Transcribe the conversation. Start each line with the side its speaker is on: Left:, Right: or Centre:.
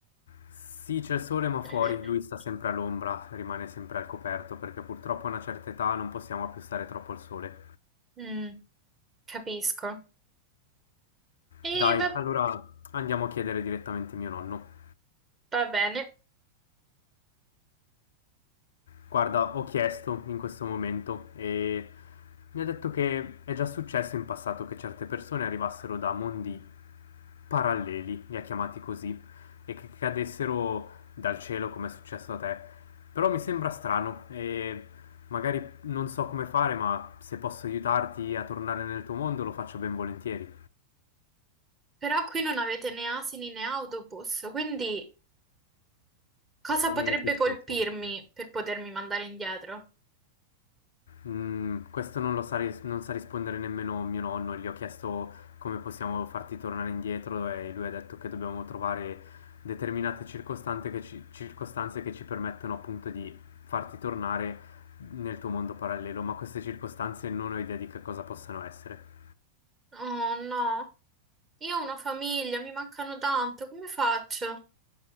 Left: Sì, c'è il sole ma fuori,
Right: <clears throat>
Left: lui sta sempre all'ombra, rimane sempre al coperto perché purtroppo a una certa età non possiamo più stare troppo al sole.
Right: Mm, capisco. E
Left: Dai,
Right: va,
Left: allora andiamo a chiedere direttamente mio nonno.
Right: va bene.
Left: Guarda, ho chiesto in questo momento e mi ha detto che è già successo in passato che certe persone arrivassero da mondi paralleli, li ha chiamati così, e che cadessero dal cielo come è successo a te. Però mi sembra strano e magari non so come fare, ma se posso aiutarti a tornare nel tuo mondo lo faccio ben volentieri.
Right: Però qui non avete né asini né autobus, quindi cosa
Left: E
Right: potrebbe
Left: quindi
Right: colpirmi
Left: te lo faccio.
Right: per potermi mandare indietro?
Left: Mm, questo non lo sa, ris- non sa rispondere nemmeno mio nonno, gli ho chiesto come possiamo farti tornare indietro e lui ha detto che dobbiamo trovare determinate circostanze che ci, circostanze che ci permettono appunto di farti tornare nel tuo mondo parallelo, ma queste circostanze non ho idea di che cosa possano essere.
Right: Oh no, io ho una famiglia, mi mancano tanto, come faccio?